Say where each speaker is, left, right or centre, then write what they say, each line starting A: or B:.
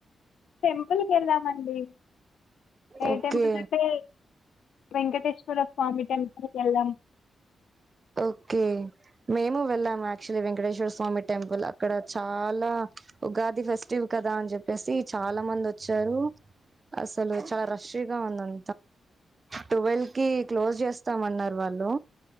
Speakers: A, on the left (about 85°); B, on the right (about 35°).
A: టెంపుల్ కి వెళ్లామండి ఏ
B: ఓకే
A: టెంపుల్ అంటే వెంకటేశ్వర స్వామి టెంపుల్ కి వెళ్ళాం
B: ఓకే మేము వెళ్ళాము యాక్చువలీ వెంకటేశ్వర స్వామి టెంపుల్ అక్కడ చాలా ఉగాది ఫస్టు కదా అని చెప్పేసి చాలా మంది వచ్చారు అసలు చాలా రష్ గా ఉందం ట్వెల్వ్ కి క్లోజ్ చేస్తామన్నారు వాళ్ళు